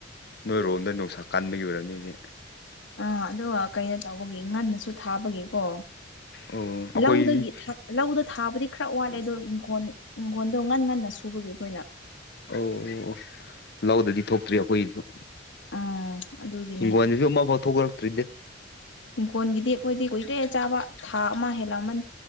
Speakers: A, on the left (about 55°); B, on the left (about 70°).
A: ꯅꯣꯏꯔꯣꯝꯗ ꯅꯨꯡꯁꯥ ꯀꯟꯕꯒꯤ ꯑꯣꯏꯔꯝꯅꯤ ꯑꯗꯨꯗꯤ
B: ꯑꯥ ꯑꯗꯨꯒ ꯀꯩꯅꯣ ꯇꯧꯕꯒꯤ ꯉꯟꯅꯁꯨ ꯊꯥꯕꯒꯤꯀꯣ
A: ꯑꯣ ꯑꯩꯈꯣꯏꯗꯤ
B: ꯂꯧꯗꯒꯤ ꯊꯥ ꯂꯧꯗꯥ ꯊꯥꯕꯗꯤ ꯈꯔ ꯋꯥꯠꯂꯦ ꯑꯗꯣ ꯏꯪꯈꯣꯜ ꯏꯪꯈꯣꯜꯗꯣ ꯉꯟ ꯉꯟꯅ ꯁꯨꯕꯒꯤ ꯑꯩꯈꯣꯏꯅ
A: ꯑꯣ ꯑꯣ ꯂꯧꯗꯗꯤ ꯊꯣꯛꯇ꯭ꯔꯤ ꯑꯩꯈꯣꯏꯒꯤꯁꯨ
B: ꯑꯥ ꯑꯗꯨꯒꯤꯅꯦ
A: ꯍꯤꯡꯒꯣꯜꯗꯁꯨ ꯑꯃꯐꯥꯎ ꯊꯣꯛꯂꯛꯇ꯭ꯔꯤꯗ
B: ꯍꯤꯡꯈꯣꯟꯒꯤꯗꯤ ꯑꯩꯈꯣꯏꯗꯤ ꯀꯨꯏꯔꯦ ꯆꯥꯕ ꯊꯥ ꯑꯃ ꯍꯦꯜꯂꯛꯑꯃꯅꯤ